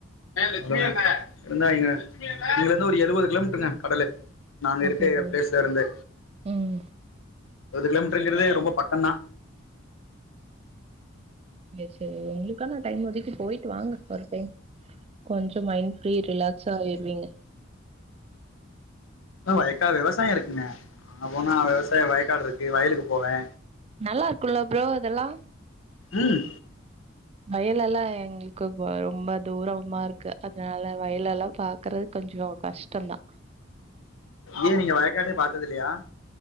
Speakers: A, on the left; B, on the right.
A: <inaudible> இருந்தாய்ங்க இதுலருந்து ஒரு எழுவது கிலோ மீட்டருங்க கடலு நாங்க இருக்குற
B: ஓகே ப்ரோ
A: ஃப்லேஸ்ல இருந்து
B: ம்
A: எழுவது கிலோமீட்டர்ங்கிறதே ரொம்ப பக்கந்தா
B: சேரி சேரி உங்களுக்கான டைம் ஒதுக்கி போயிட்டு வாங்க ஒரு டைம் கொஞ்ச மைண்ட் ஃப்ரீ ரிலாக்ஸா ஆயிருவீங்க
A: வயக்காடு விவசாய இருக்குங்க அங்க போனா விவசாயம் வயக்காடு இருக்கு வயலுக்கு போவே
B: நல்லா இருக்குல்ல ப்ரோ இதெல்லா
A: ம்
B: வயலெல்லா எங்களுக்கு ரொம்ப தூரமா இருக் க்கு அதனால வயல் எல்லா பாக்குறது கொஞ்ச கஷ்டந்தா
A: ஏ நீங்க வயக்காட்டே பாத்தது இல்லையா